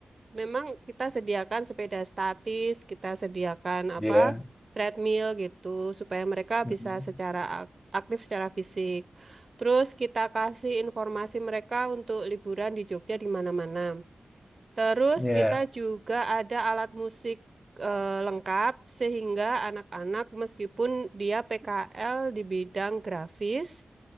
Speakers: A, on the right; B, on the left.
A: memang kita sediakan sepeda statis, kita sediakan
B: Ya.
A: apa treadmill gitu supaya mereka
B: Mm.
A: bisa secara ak- aktif secara fisik. Terus kita kasih informasi mereka untuk liburan di Jogja di mana-mana. Terus
B: Ya.
A: kita juga ada alat musik eh, lengkap sehingga anak-anak meskipun dia PKL di bidang grafis,